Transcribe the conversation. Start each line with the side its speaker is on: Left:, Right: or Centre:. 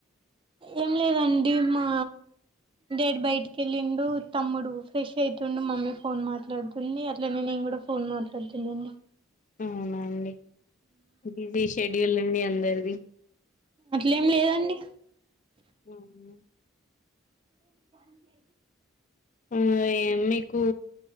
Right: ఏం లేదండి మా డెడ్ బయటికి వెళ్ళిండు, తమ్ముడు ఫ్రెష్ అయితుండు, మమ్మీ ఫోన్ మాట్లాడుతుంది. అట్లానే నేన్ కూడా ఫోన్ మాట్లాడుతునండి.
Left: అవునా అండి బిజీ షెడ్యూల్ అండి అందరిది.
Right: అట్లేం లేదండి.
Left: ఆవును
Right: కొంచం పన్ జెయ్
Left: ఊ ఏ మీకు